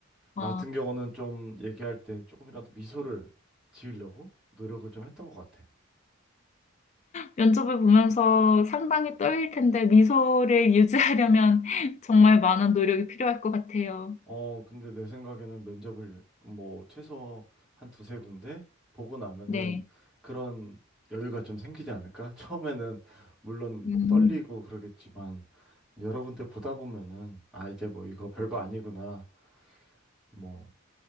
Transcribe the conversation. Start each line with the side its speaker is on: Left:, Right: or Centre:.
Left: 아,
Centre: 나 같은 경우는 좀 얘기할 때 조금이라도 미소를 지으려고 노력을 좀 했던 것 같아.
Left: 면접을 보면서 상당히 떨릴 텐데, 미소를 유지하려면 <laughs> 정말 많은 노력이 필요할 것 같아요.
Centre: 어, 근데 내 생각에는 면접을 뭐 최소 한 두세 군데 보고 나면은
Left: 네.
Centre: 그런 여유가 좀 생기지 않을까? <laughs> 처음에는 물론
Left: 음.
Centre: 떨리고 그러겠지만 여러 군데 보다 보면은 아, 이제 뭐 이거 별거 아니구나. 뭐